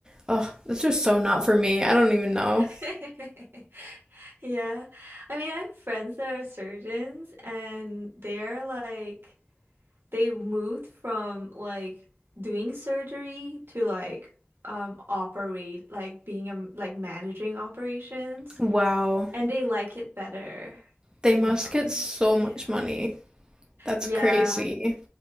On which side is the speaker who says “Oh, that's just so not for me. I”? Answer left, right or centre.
Right